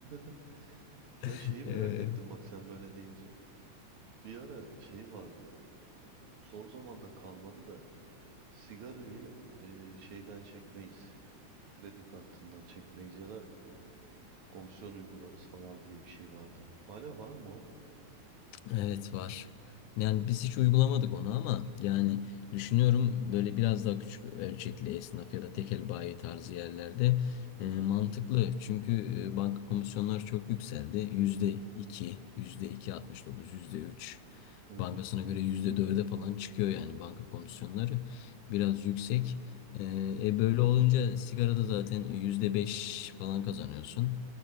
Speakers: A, on the right; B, on the left.
A: <laughs> Ya
B: <laughs>
A: şeyi merak
B: E,
A: ettim bak sen böyle deyince. Bir ara şey vardı. Son zamanda kalmadı da sigarayı e, şeyden çekmeyiz. Kredi kartından çekmeyiz ya da Komisyon uygularız falan diye bir şey vardı. Hala var mı o?
B: Evet var. Yani biz hiç uygulamadık onu ama yani düşünüyorum böyle biraz daha küçük ölçekli esnaf ya da tekel bayi tarzı yerlerde e,
A: Hı
B: mantıklı.
A: hı.
B: Çünkü e, banka komisyonları çok yükseldi. Yüzde iki, yüzde iki altmış dokuz, yüzde üç.
A: Hı hı.
B: Bankasına göre yüzde dörde falan çıkıyor yani banka komisyonları. Biraz yüksek. E, e, böyle olunca sigarada zaten yüzde beş falan kazanıyorsun.